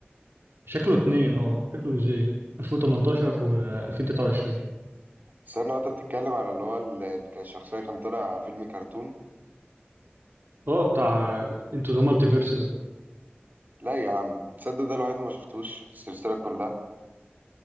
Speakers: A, on the right; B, on the right.
A: شكله اتنين اه شكله جزئين 2018 و 2023
B: استنى وأنت بتتكلم على اللي هو ال- ال- كان الشخصية كان طالع فيلم كرتون؟
A: اه بتاع انتو ذا مالتي فيرس ده
B: لا يا عم تصدق ده الوحيد اللي ما شفتوش في السلسلة كلها؟